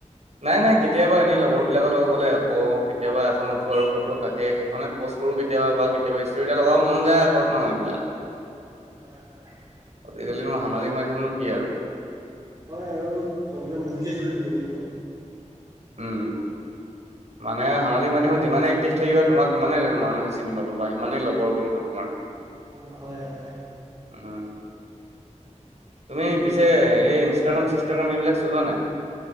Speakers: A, on the right; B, on the right.
A: নাই নাই কেতিয়াবা এনেই লগৰ বিলাকৰ লগত গ'লে আকৌ কেতিয়াবা এখন উঠো আৰু ফটো তাকে সেইখনে। পোষ্ট কৰো কেতিয়াবা বা কেতিয়াবা ষ্টোৰি এটা লগাবও মন যায় আকৌ ন' এইবিলাক।
B: হয় হয়।
A: আজিকালি নো সমাজিক মাধ্যমনো কি আৰু।
B: হয় আৰু। চবকে মোহি থৈছে বুলি ক'ব লাগিব।
A: উম। মানে সামাজিক মাধ্যমত যিমানে এক্টিভ থাকিবা তোমাক সিমানে মানুহে চিনি পাব বা সিমানেই লগৰ বনিব তোমাৰ।
B: অ' হয়। হয়
A: উম। তুমি পিছে এই ইনষ্টাগ্ৰাম চিনষ্টাগ্ৰাম এইবিলাক চলোৱা নাই।